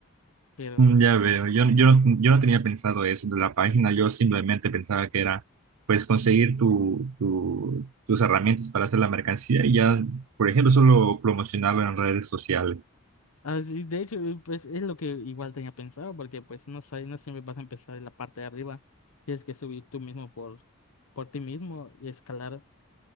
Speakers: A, on the left (about 80°); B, on the right (about 85°).
A: Pero
B: Mm, Ya veo, yo, yo, no, yo no tenía pensado eso de la página, yo simplemente pensaba que era pues conseguir tu, tu- tus herramientas para hacer la mercancía y ya, por ejemplo, solo promocionarlo en redes sociales.
A: así, de hecho, eh, pues es lo que igual tenía pensado, porque pues no sé, no siempre vas a empezar en la parte de arriba, tienes que subir tú mismo por, por ti mismo y escalar